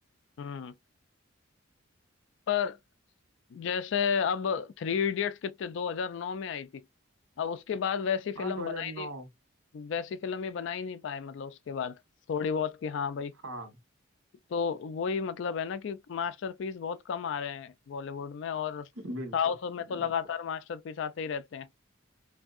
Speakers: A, on the left (about 60°); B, on the right (about 80°).
A: हम्म पर जैसे अब थ्री इडियट्स कितने 2009 में आई थी अब उसके बाद वैसी फिल्म
B: हाँ 2009
A: बनाई नहीं वैसी फिल्म ही बना ही नहीं पाए मतलब उसके बाद थोड़ी बहुत कि हाँ भाई
B: हाँ
A: तो वही मतलब है ना कि मास्टरपीस बहुत कम आ रहे हैं बॉलीवुड में और साउथ
B: बिल्कुल
A: में तो लगातार
B: बिल्कुल
A: मास्टरपीस आते ही रहते हैं